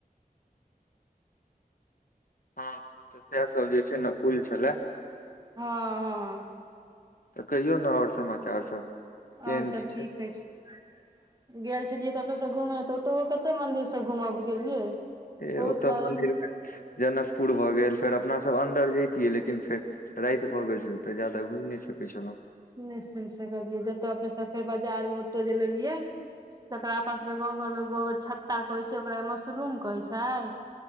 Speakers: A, on the left; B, on the right.
A: हँ तऽ सएह सब जे छै ने पुल छलै।
B: हँ हँ
A: तऽ कहियौ ने आओर समाचार सब। केहन
B: आओर सब
A: की
B: ठीक
A: छै
B: अछि। गेल छलियै तऽ अपने सब घूमै तऽ ओतहु कते मंदिर सब घूमब गेलियै
A: ए
B: बहुत
A: ओतऽ
B: सारा
A: मंदिर मे जनकपुर भऽ गेल फेर अपना सब अन्दर जैतियै लेकिन फेर राति भऽ गेल छलै तऽ जादा घुमि नहि सकै छलहुँ।
B: नहि सुनि सकलियै। जतय अपने सभ फेर बाजारमे ओतय जे लेलियै जकरा अपना सभके गाँव घरमे गोबर छत्ता कहै छै ओकरा मशरूम कहै छै?